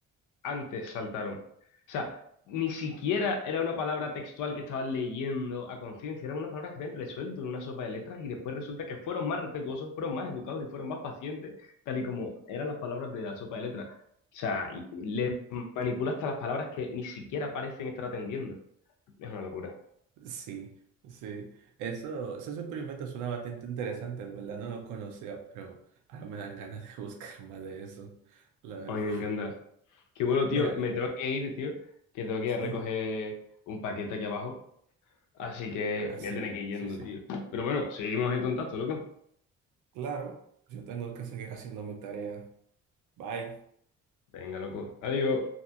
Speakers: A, on the left (about 85°); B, on the right (about 80°).
A: antes saltaron. O sea, ni siquiera era una palabra textual que estaban leyendo a conciencia, eran unas palabras que habían resuelto en una sopa de letras y después resulta que fueron más respetuosos, fueron más educados y fueron más pacientes, tal y como eran las palabras de la sopa de letras. O sea, y- y le manipula hasta las palabras que ni siquiera parecen estar atendiendo. Es una locura.
B: sí, sí. Eso, esos experimentos suena bastante interesante, de verdad no lo conocía, pero ahora me dan ganas de <laughs> buscar más de eso, la verdad.
A: A mí me encanta. Qué bueno, tío.
B: Mira,
A: Me tengo que ir, tío. Que tengo que
B: sí.
A: ir a recoger un paquete aquí abajo. Así que
B: Ah,
A: me
B: sí,
A: voy a tener que ir yendo,
B: sí, sí.
A: tío. Pero bueno, seguimos en contacto, loco.
B: Claro, yo tengo que seguir haciendo mi tarea. Bye.
A: Venga, loco. Adiós.